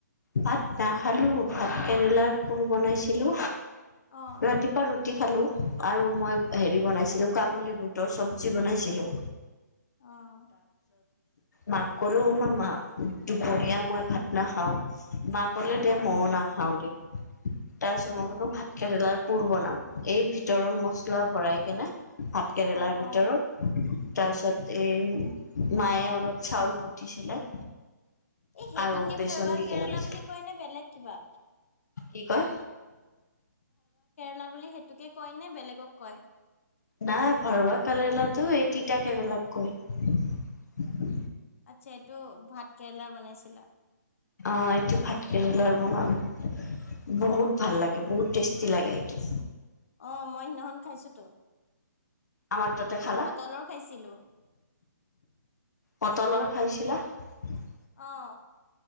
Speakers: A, on the left; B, on the left.
A: ভাত নাখালো ভাত কেৰেলাৰ পোৰ বনাইছিলো
B: অ
A: ৰাতিপুৱা। ৰুটি খালো আৰু মই হেৰি বনাইছিলো কাবুলী বুটৰ চব্জি বনাইছিলোঁ।
B: আহ!
A: মাক কলো ম মা দুপৰীয়া মই ভাত নাখাওঁ। মা কলে দে মই নাখাও দে তাৰ চ মই কলো
B: অ
A: ভাত কেৰেলা ৰ পূৰ বনাম এই ভিতৰত মচলা ভৰাই কেনে ভাত কেৰেলাৰ
B: অ
A: ভিতৰত
B: অ
A: তাৰ পিছতে এই মায়ে অলপ চাউল বতিছিলে।
B: এই সেইটোকে
A: আৰু বেচন
B: ভৰুৱা
A: দি
B: কেৰেলা
A: কেনে গৈছিলে
B: বুলি কয় ন বেলেগ কিবা?
A: কি কয়?
B: লা বুলি সেইটোকে কয় নে বেলেগক কয়?
A: নাই ভৰৱা কেৰেলাটো এই তিতা কেৰেলাক কয়।
B: আচ্ছা এইটো ভাত কেৰেলা বনাইছিলা?
A: অ এইটো ভাত কেৰেলাৰ বনাম বহুত
B: আচ্ছা,
A: ভাল লাগে বহুত টেষ্ট লাগে এইটো
B: অ' মই সিদিনাখন খাইছোতো
A: আমাৰ তাতে খালা
B: মই পটলৰ খাইছিলো।
A: পটলৰ খাইছিলা <unintelligible> <inaudible>
B: অহ